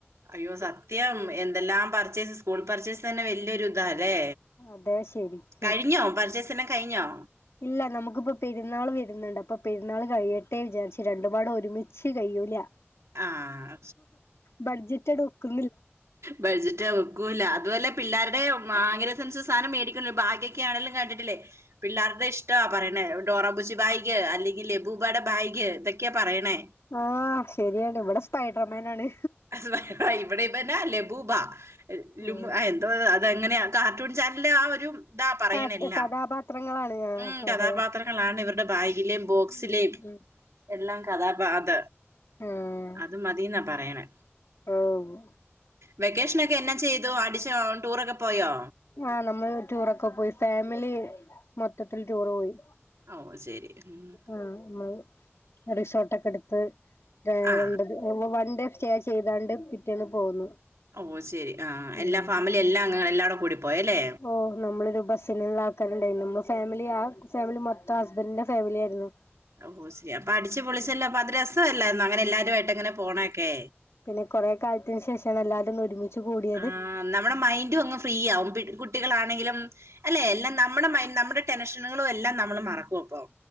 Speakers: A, on the right (about 80°); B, on the left (about 70°).
A: അയ്യോ സത്യം എന്തെല്ലാം പർച്ചേസ് സ്കൂൾ പർച്ചേസ് തന്നെ വെല്ല്യോര്താല്ലേ.
B: അതെ ശരിക്കും
A: കഴിഞ്ഞോ പർചെയ്സ് എല്ലാം കഴിഞ്ഞോ?
B: ഇല്ല നമുക്ക്പ്പോ പെര്ന്നാള് വെര്ന്ന്ണ്ട് അപ്പൊ പെരുന്നാള് കഴിയട്ടെ വിചാരിച്ച് രണ്ടുംപാടേ ഒരുമി ച്ച് കയ്യൂലാ
A: ആഹ്.
B: ബഡ്ജറ്റഡ് ഒക്കു
A: ബഡ്ജറ്റ് ഒക്കൂലാ അത് വെല്ല പിള്ളാര്ടെ <unintelligible> സാനം മേടി ഭാഗ്യക്കെ ആണെലും കണ്ടിട്ടില്ലേ പിള്ളാര്ടെ ഇഷ്ട്ടാ പറണേ ഡോറാബുച്ചി ഭായി അല്ലെങ്കിൽ ലബൂബാടെ ഭായ്ഗ് തൊക്കെ പറയ്ണേ.
B: ആഹ് ശെര്യാണ് ഇവടെ സ്പൈഡർമാനാണ്.
A: ആഹ് ഇവടെ പെന്നേ ലബൂബാ ലും
B: ഉം
A: <unintelligible> ആഹ് അതെങ്ങനയാ കാർട്ടൂൺ ചാൻല് ആ ഒരു താ പറയ്ണ്
B: ആഹ്
A: എല്ലാം
B: കഥാപാത്രങ്ങളാണ് ആഹ്
A: ഉം കഥാപാത്ര
B: അതെ
A: ങ്ങളാണ് ഇവര്ടെ ബാഗിലിം ബോക്സിലിം
B: ഉം ഉം
A: എല്ലാം കഥാപാത
B: ആഹ്
A: അത് മതീന്നാ പറയണേ.
B: ഓഹ് വു
A: വെക്കേഷ്നൊക്കെ എന്നാ ചെയ്തു അടിച്ചൊ ടൂറൊക്കെ പോയോ?
B: ആഹ് നമ്മള് ടൂറൊക്കെ പോയി ഫാമിലി മൊത്തത്തിൽ ടൂറ് പോയി.
A: ഓ ശരി ഉം
B: ആഹ് <unintelligible> <unintelligible> റിസോട്ടൊക്കെട്ത്ത് രാണ്ടത്
A: ആ
B: വ വ വൺഡേ സ്റ്റെ ചെയ്താണ്ട് പിറ്റേന്ന് പോന്നു.
A: ഓഹ് ശെരി ആഹ്
B: ഉം
A: എല്ലാ ഫാമിലി എല്ലാ അംഗങ്ങങ്ങള എല്ലാര്ടേ കൂടിപ്പോയല്ലേ.
B: ഓഹ് ന്നമ്മളൊരു ബസ്സില്ള്ള ആൾക്കാര്ണ്ടായിന്നു നമ്മ ഫാമിലി ആ ഫാമിലി മൊത്തം ഹസ്ബന്റിന്റെ ഫാമിലിര്ന്നു.
A: <unintelligible> അപ്പൊ അടിച്ചു പൊളിച്ചല്ലോ അപ്പൊ അത് രസവല്ലാര്ന്നൊ അങ്ങനെ എല്ലാരു ആയിട്ട് ങ്ങനെ പോണൊഒക്കെ.
B: പിന്നെ കൊറെ കാൽത്തിന് ശേഷാണ് എല്ലാരു ഒന്ന് ഒരുമിച്ച് കൂടിയത്.
A: ആ നമ്മുടെ മൈൻഡും അങ്ങ് ഫ്രീ ആവും കുട്ടികളാണെങ്കിലും അല്ലെ എല്ലാം നമ്മടെ മൈൻ നമ്മടെ ടെൻഷ പ്രശ്നങ്ങളു എല്ലാം നമ്മള് മറക്കു അപ്പൊ.